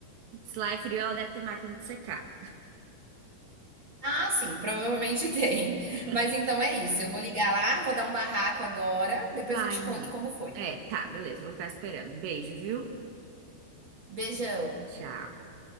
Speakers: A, on the right; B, on the right.
A: Se lá é frio, ela deve ter máquina de secar.
B: Ah, sim, provavelmente <laughs> tem.
A: <laughs>
B: Mas então é isso. Eu vou ligar lá, vou dar um barraco agora, depois
A: Vai,
B: eu te conto
A: amiga.
B: como foi.
A: É, tá, beleza. Vou ficar esperando. Beijo, viu?
B: Beijão.
A: Tchau.